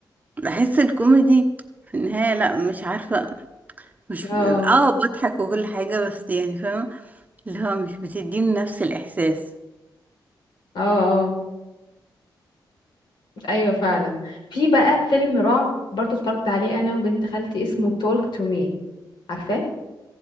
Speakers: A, on the right; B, on the left.
A: بحس الكوميدي في النهاية لا مش عارفة مش
B: اه
A: اه بضحك وكل حاجة بس يعني فاهمة اللي هو مش بتديني نفس الاحساس
B: اه اه ايوه فعلا في بقى فيلم رعب برضو اتفرجت عليه انا وبنت خالتي اسمه تولك تو مي عارفاه